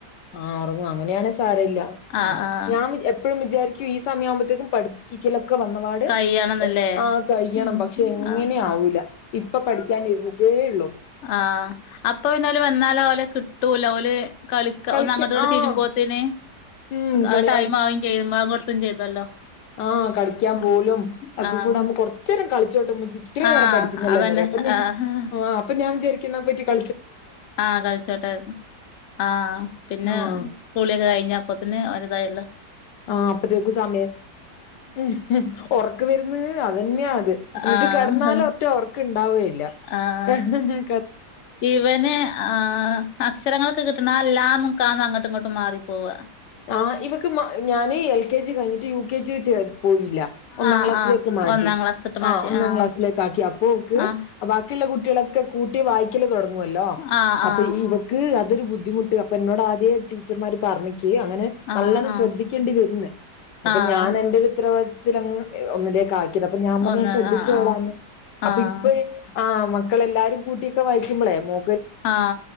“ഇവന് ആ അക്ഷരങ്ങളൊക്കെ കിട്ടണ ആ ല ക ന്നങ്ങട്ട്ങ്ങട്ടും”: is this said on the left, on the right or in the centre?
Left